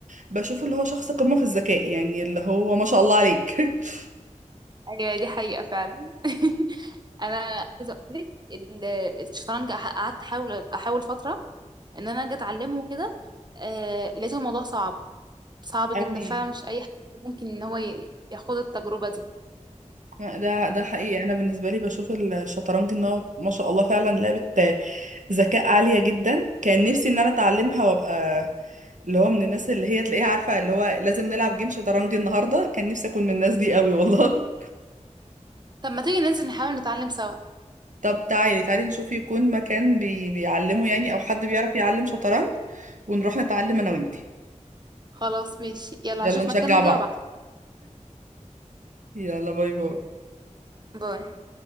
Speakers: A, on the right (about 75°); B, on the right (about 35°).
A: بشوف اللي هو شخص قمة في الذكاء يعني اللي هو ما شاء الله عليك <laughs>
B: ايوه دي حقيقة فعلا <laughs> انا عايزة اقول لك ال- الشطرنج أح- قعدت احاول احاول فترة ان انا اجي اتعلمه وكده آه لقيته الموضوع صعب صعب
A: قوي
B: جدا فعلا مش اي حد ممكن ان هو ي- ياخد التجربة دي
A: ده ده حقيقي انا بالنسبه لي بشوف الشطرنج ان هو ما شاء الله فعلا لعبه ذكاء عاليه جدا كان نفسي ان انا اتعلمها وابقى اللي هو من الناس اللي هي تلاقيها عارفه اللي هو لازم نلعب جيم شطرنج النهارده كان نفسي اكون من الناس دي قوي والله
B: طب ما تيجي ننزل نحاول نتعلم سوا
A: طب تعالي تعالي نشوف يكون مكان بي... بيعلمه يعني او حد بيعرف يعلم شطرنج ونروح نتعلم انا وانتي
B: خلاص ماشي يلا
A: يلا
B: هشوف
A: نشجع
B: مكانه
A: بعض
B: كده وبعد
A: يلا باي باي
B: باي